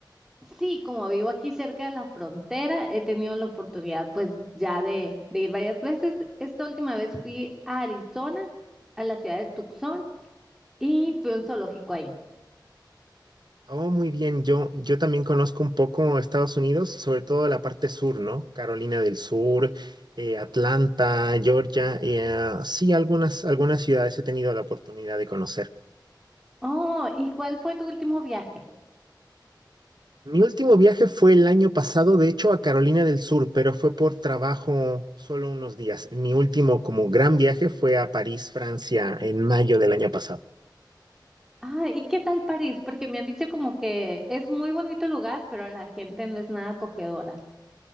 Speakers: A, in the centre; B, on the right (about 65°).
A: Sí, como vivo aquí cerca de la frontera, he tenido la oportunidad pues ya de, de ir varias veces. Esta última vez fui a Arizona, a la ciudad de Tucson, y fui a un zoológico ahí.
B: Oh, muy bien. Yo, yo también conozco un poco Estados Unidos, sobre todo la parte sur, ¿no? Carolina del Sur, eh, Atlanta, Georgia. eh, sí, algunas, algunas ciudades he tenido la oportunidad de conocer.
A: Oh, ¿y cuál fue tu último viaje?
B: Mi último viaje fue el año pasado, de hecho, a Carolina del Sur, pero fue por trabajo solo unos días. Mi último como gran viaje fue a París, Francia, en mayo del año pasado.
A: Ah, ¿y qué tal París? Porque me han dicho como que es muy bonito el lugar, pero la gente no es nada acogedora.